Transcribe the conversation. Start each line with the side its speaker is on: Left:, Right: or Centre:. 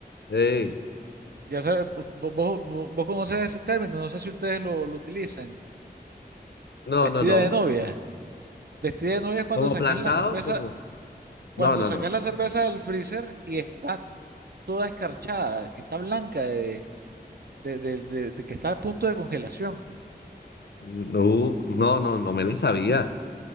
Left: Ey,
Right: Ya sabes, vo- vo- vos, vos- vos conoces ese término, no sé si ustedes lo, lo utilizan.
Left: no,
Right: Vestida
Left: no, no,
Right: de novia. Vestida de novia es cuando
Left: como
Right: sacas
Left: plantado,
Right: la cerveza,
Left: como,
Right: cuando
Left: no, no,
Right: sacas
Left: no,
Right: la cerveza del freezer y está toda escarchada, que está blanca, de, de, de de- de que está a punto de congelación.
Left: no, no, no, no me lo sabía.